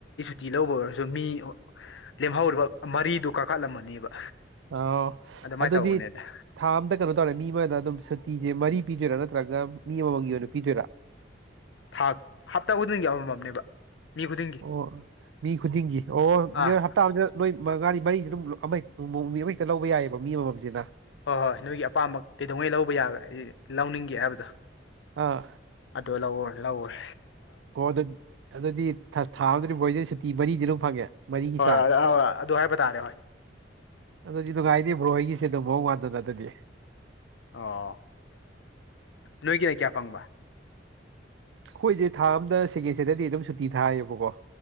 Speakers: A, on the left; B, on the right.
A: ꯇꯤ ꯂꯧꯕ ꯑꯣꯏꯔꯁꯨ ꯃꯤ ꯂꯦꯝꯍꯧꯔꯤꯕ ꯃꯔꯤꯗꯨ ꯀꯥꯈꯠꯂꯝꯃꯅꯦꯕ
B: ꯑ
A: ꯑꯗꯨꯃꯥꯏꯅ
B: ꯑꯗꯨꯗꯤ
A: ꯇꯧꯕꯅꯦꯗ
B: ꯊꯥ ꯑꯝꯇ ꯀꯩꯅꯣ ꯇꯧꯔꯦ ꯃꯤ ꯃꯣꯏꯗ ꯑꯗꯨꯝ ꯇꯤꯁꯦ ꯃꯔꯤ ꯄꯤꯗꯣꯏꯔꯥ ꯅꯠꯇ꯭ꯔꯒ ꯃꯤ ꯑꯃꯃꯝꯒꯤ ꯑꯣꯏꯅ ꯄꯤꯗꯣꯏꯔꯥ
A: ꯊꯥꯛ ꯍꯞꯇꯥ ꯈꯨꯗꯤꯡꯒꯤ ꯑꯃꯃꯝꯅꯦꯕ ꯃꯤ ꯈꯨꯗꯤꯡꯒꯤ
B: ꯑꯣ ꯃꯤ ꯈꯨꯗꯤꯡꯒꯤ ꯑꯣ
A: ꯑꯥ
B: ꯍꯞꯇꯥꯗ ꯅꯣꯏ ꯉꯥꯔꯤ ꯃꯔꯤꯁꯤ ꯑꯗꯨꯝ ꯑꯃ ꯍꯛꯇ ꯂꯧꯕ ꯌꯥꯏꯑꯕ ꯃꯤ ꯑꯃꯃꯝꯁꯤꯅ
A: ꯍꯣꯏ ꯍꯣꯏ ꯅꯣꯏꯒꯤ ꯑꯄꯥꯝꯕ ꯀꯩꯗꯧꯉꯩ ꯂꯧꯕ ꯌꯥꯕ ꯂꯧꯅꯤꯡꯒꯦ ꯍꯥꯏꯕꯗꯣ
B: ꯑꯥ
A: ꯑꯗ ꯂꯋ ꯂꯋ
B: ꯑꯣ ꯑꯗꯨꯗꯤ ꯑꯗꯨꯗꯤ ꯊꯥꯗꯗꯤ ꯕꯣꯏꯁ ꯁꯨꯇꯤ ꯃꯔꯤꯗꯤ ꯑꯗꯨꯝ ꯐꯪꯉꯦ ꯃꯔꯤꯒꯤ
A: ꯍꯣꯏ
B: ꯆꯥꯡ
A: ꯍꯣꯏ ꯑꯗꯨ ꯍꯥꯏꯏꯕꯇꯥꯔꯦꯣꯣꯏ
B: ꯑꯗꯨꯗꯤꯗ ꯀꯥꯏꯗꯦꯕ꯭ꯔꯣ ꯑꯩꯒꯤꯁꯦ ꯑꯗꯨꯝ ꯐꯥꯎ ꯃꯥꯟꯗꯗ ꯑꯗꯨꯗꯤ
A: ꯑꯣ ꯅꯣꯏꯒꯤꯅ ꯀꯌꯥ ꯐꯪꯕ
B: ꯑꯩꯈꯣꯏꯁꯦ ꯊꯥ ꯑ ꯑꯃꯝꯗ ꯁꯦꯒꯦꯠꯁꯤꯗꯗꯤ ꯑꯗꯨꯝ ꯁꯨꯇꯤ ꯊꯥꯏꯌꯦꯕꯀꯣ